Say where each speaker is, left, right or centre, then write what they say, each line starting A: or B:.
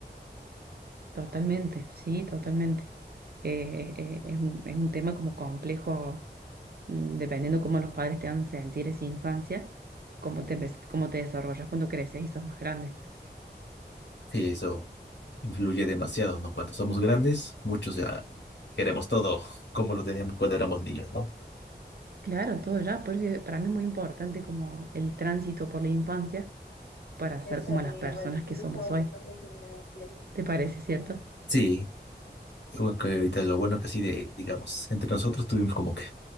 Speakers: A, on the right; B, on the left.
A: Totalmente, sí, totalmente. Eh, eh, eh, es un, es un tema como complejo, mm, dependiendo cómo los padres te hagan sentir esa infancia, cómo te, empe- cómo te desarrollas cuando creces y sos más grande.
B: Sí, eso influye demasiado, ¿no? Cuando somos grandes, muchos ya queremos todo como lo teníamos cuando éramos niños, ¿no?
A: Claro, todo ya, por eso para mí es muy importante como el tránsito por la infancia para ser
B: Esa
A: como
B: de
A: las personas
B: Valentina
A: que somos
B: estaba
A: hoy.
B: tocando sobre la piel.
A: ¿Te parece cierto?
B: Sí, bueno, que ahorita lo bueno que sí, de, digamos, entre nosotros tuvimos como que